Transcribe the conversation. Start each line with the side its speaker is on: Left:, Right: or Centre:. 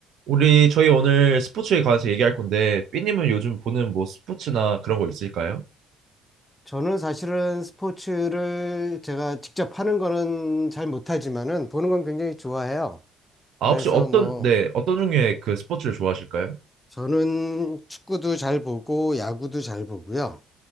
Right: 우리 저희 오늘 스포츠에 관해서 얘기할 건데 삐님은 요즘 보는 뭐 스포츠나 그런 거 있을까요?
Left: 저는 사실은 스포츠를 제가 직접 하는 거는 잘 못하지만은 보는 건 굉장히 좋아해요.
Right: 아
Left: 그래서
Right: 혹시 어떤
Left: 뭐
Right: 네 어떤 종류의 그 스포츠를 좋아하실까요?
Left: 저는 축구도 잘 보고 야구도 잘 보고요.